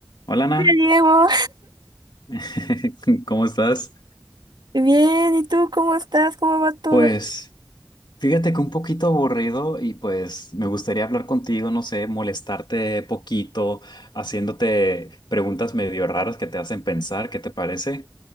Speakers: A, on the left; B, on the right.
A: Hola Ana,
B: Hola, Diego,
A: <laughs> ¿cómo estás?
B: bien, ¿y tú cómo estás? ¿Cómo va todo?
A: Pues fíjate que un poquito aburrido y pues me gustaría hablar contigo, no sé, molestarte poquito, haciéndote preguntas medio raras que te hacen pensar, ¿qué te parece?